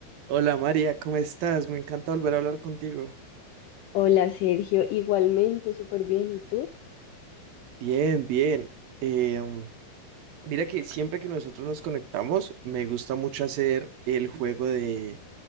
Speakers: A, on the right (about 70°); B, on the left (about 80°).
A: Hola María, ¿cómo estás? Me encanta volver a hablar contigo.
B: Hola Sergio, igualmente, súper bien. ¿Y tú?
A: Bien, bien. Eh, mira que siempre que nosotros nos conectamos, me gusta mucho hacer el juego de